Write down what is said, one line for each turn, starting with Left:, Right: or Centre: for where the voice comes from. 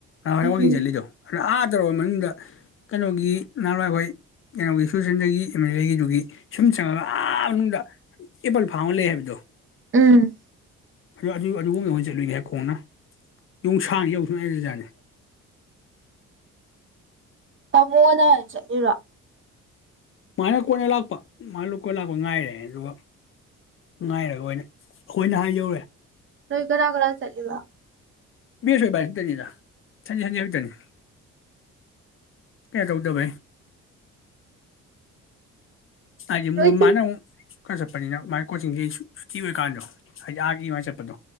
Left: ꯑ ꯍꯣꯏꯉ
Right: ꯎꯝ
Left: ꯆꯠ ꯂꯤꯗꯣ ꯑꯗꯣ ꯑꯥ ꯇꯧꯔꯕ ꯃꯅꯨꯡꯗ ꯀꯩꯅꯣꯒꯤ ꯅꯍꯥꯟꯋꯥꯏ ꯑꯩꯈꯣꯏ ꯀꯩꯅꯣꯒꯤ ꯁꯨꯆꯟꯗꯒꯤ ꯑꯃꯗꯤꯒꯤꯗꯨꯒꯤ ꯁꯨꯝ ꯆꯪꯉꯒ ꯑꯥ ꯃꯅꯨꯡꯗ ꯑꯦꯄꯜ ꯐꯥꯝ ꯑꯃ ꯂꯩ ꯍꯥꯏꯕꯗꯣ
Right: ꯎꯝ
Left: ꯑꯗꯨ ꯑꯗꯨꯡꯟꯦ ꯏꯅꯦ ꯍꯥꯏ ꯈꯣꯡꯅ ꯌꯣꯡ ꯁꯥꯡ ꯌꯧꯁꯨ ꯑꯩꯖꯥꯠꯅꯤ
Right: ꯀꯃꯣꯅ ꯆꯠꯔ
Left: ꯃꯥꯅ ꯀꯣꯟꯅ ꯂꯥꯛꯄ ꯃꯥꯅ ꯂꯣꯏꯅ ꯂꯥꯛꯄ ꯉꯥꯏꯔꯦ ꯑꯗꯨꯒ ꯉꯥꯏꯔꯒ ꯑꯣꯏꯅ ꯑꯩꯈꯣꯏꯅ ꯍꯥꯏ ꯌꯧꯔꯦ
Right: ꯔꯍꯤ ꯈꯔ ꯈꯔ ꯆꯠꯂꯤꯕ
Left: ꯃꯤꯁꯥꯏꯁꯇꯔꯤꯗ ꯆꯪ ꯍꯅꯤ ꯍꯣꯏꯇꯅꯤ ꯀꯌꯥ ꯇꯧꯗꯚꯥꯏ ꯑ
Right: ꯅꯣꯏ
Left: ꯃꯥꯅ ꯈꯔ ꯆꯠꯄꯅꯤꯅ ꯃꯥꯒꯤ ꯀꯣꯆꯤꯡꯁꯤꯦ ꯁꯨꯇꯤ ꯑꯣꯏꯕꯀꯥꯟꯗꯣ ꯍꯥꯏꯗꯤ ꯑꯥꯒꯤ ꯑꯗꯨꯃꯥꯏꯅ ꯆꯠꯄꯗꯣ